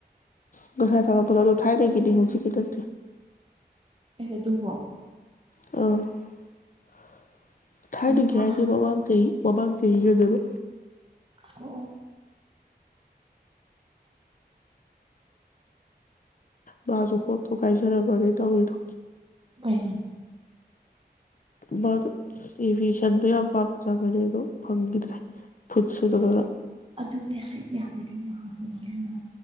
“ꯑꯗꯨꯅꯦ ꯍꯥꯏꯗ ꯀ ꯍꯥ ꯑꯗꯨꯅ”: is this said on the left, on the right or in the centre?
Right